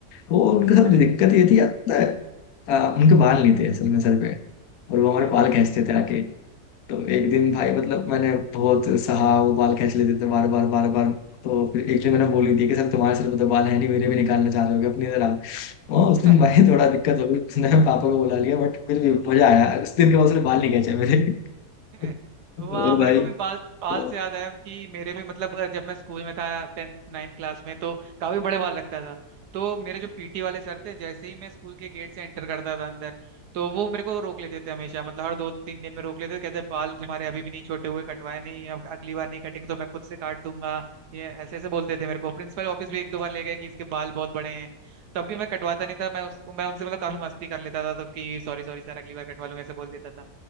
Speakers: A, on the left (about 75°); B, on the right (about 85°).
A: वो उनके
B: अच्छा
A: साथ
B: अच्छा,
A: दिक्कत ये थी यार पता है, आ, उनके बाल नहीं थे असल में सर पे और वो हमारे
B: अरे
A: बाल खींचते थे आके तो एक दिन भाई मतलब मैंने बहुत सहा वो बाल खींच लेते थे बार बार बार बार तो फिर एक दिन मैंने बोल ही दिया कि सर तुम्हारे सर पे तो बाल है नहीं मेरे भी निकालना चाह रहे हो अपनी तरह हाँ उस
B: <laughs>
A: दिन भाई थोड़ा दिक्कत हो गई उसने <laughs> पापा को बुला लिया बट फिर भी मजा आया उस दिन के बाद उसने बाल नहीं खींचे मेरे
B: <laughs>
A: <laughs>
B: वाह
A: और
B: मेरे
A: भाई
B: को भी बाल
A: तो
B: बाल से याद आया कि मेरे भी मतलब जब मैं स्कूल में था टेंथ नाइन्थ क्लास में तो काफी बड़े बाल लगता था तो मेरे जो पीटी वाले सर थे जैसे ही मैं स्कूल के गेट से एंटर करता था अंदर तो वो मेरे को रोक लेते थे हमेशा मतलब हर दो तीन दिन में रोक लेते थे कहते बाल तुम्हारे अभी भी नहीं छोटे हुए कटवाए नहीं अब अगली बार नहीं कटेंगे तो मैं खुद से काट दूंगा ये ऐसे ऐसे बोलते थे मेरे को प्रिंसिपल ऑफिस भी एक दो बार ले गए कि इसके बाल बहुत बड़े हैं तब भी मैं कटवाता नहीं था मैं उसको मैं उनसे मतलब काफी मस्ती कर लेता था तो कि सॉरी सॉरी सर अगली बार कटवा लूंगा ऐसे बोल देता था